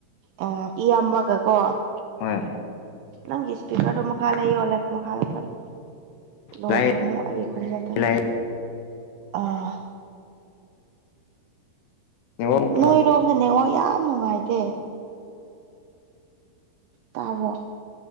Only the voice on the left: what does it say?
ꯍꯣꯏ
ꯂꯥꯏ
ꯅꯦꯠꯋꯥꯛ
ꯑꯃꯨꯛ ꯐꯃꯟꯕꯒꯤ